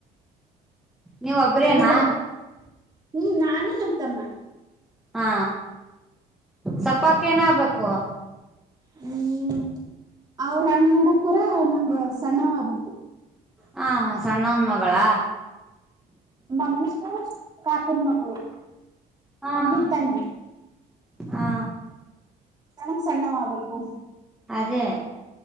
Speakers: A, in the centre; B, on the right (about 25°).
A: ನೀವ ಒಬ್ರೇನಾ.
B: ಒಳಗಿಂದ ಅದ ಹ್ಮ್ ನಾನು ನಮ ತಮ್ಮ.
A: ಹಾ ಸಪ್ಪಾಕ ಏನಾಗಬೇಕು.
B: ಹ್ಮ್ ಅವ್ರ ಹಂಗ್ ನೋಡಕ್ ಹೊರ ನಂಗ ಸಣ್ಣವ ಆಗ್ಬೇಕಬೇಕು.
A: ಹಾ ಸಣ್ಣವನ್ ಮಗಳ.
B: ಮಮ್ಮಮ್ಮಿ ತಾತನ್ ಮಗಳು.
A: ಹಾ
B: ಮಮ್ಮಿ
A: ಹಾ
B: ತಂಗಿ
A: ಹಾ.
B: ನನಕ್ ಸಣ್ಣವ ಆಗಬೇಕು.
A: ಅದೇ